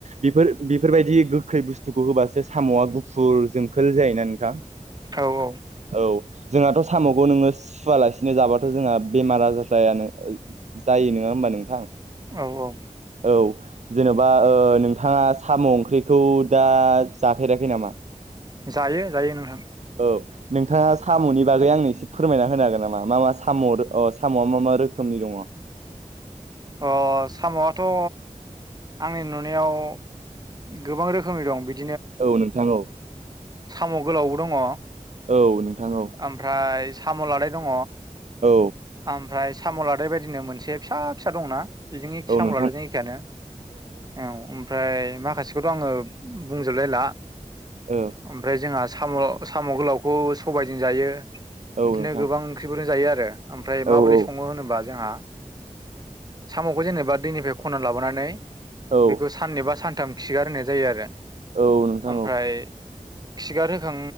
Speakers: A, on the right (about 60°); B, on the right (about 30°).
A: बेफोर बेफोरबायदि गोखै बुस्थुखौ होबासो साम'आ गुफुर जोंखोल जायोना नोंथां।
B: औ औ
A: औ जोंहाथ' साम'खौ नोङो सुवालासिनो जाबाथ' जोंहा बेमार आजार जायानो जायो नङा होमबा? नोंथां।
B: औ औ।
A: औ जेन'बा ओ नोंथाङा साम' ओंख्रिखौ दा जाफेराखै नामा?
B: जायो जायो नोंथां।
A: औ नोंथाङा साम'नि बागै आंनो एसे फोरमायना होनो हागोन नामा मा मा साम' साम'आ मा मा रोखोम नि दङ।
B: अ साम'आथ' आंनि नुनायाव गोबां रोखोमनि दं बिदि।
A: औ नोंथां औ।
B: साम' गोलावबो दङ।
A: औ नोंथां औ।
B: ओमफ्राय साम' लादाय दङ।
A: औ
B: ओमफ्राय साम' लादाय बायदिनो मोनसे फिसा फिसा दंना? बेजों एखि
A: औ
B: साम'
A: नोंथां
B: लादाय' जों एखेयानो औ ओमफ्राय माखासेखौथ' आङो बुंजोबलायला
A: औ
B: ओमफ्राय जोंहा साम' साम' गोलावखौ सबायजों जायो
A: औ
B: बिदिनो
A: नोंथां
B: गोबां ओंख्रिफोरजों जायो आरो। ओमफ्राय
A: औ
B: माबोरै
A: औ
B: सङो होनोबा जोंहा साम'खौ जेनेबा दैनिफ्राय खननानै लाबोनानै
A: औ
B: बेखौ साननैबा सानथाम खिगार होनाय जायो आरो
A: औ नोंथां
B: ओमफ्राय
A: औ
B: खिगार होखां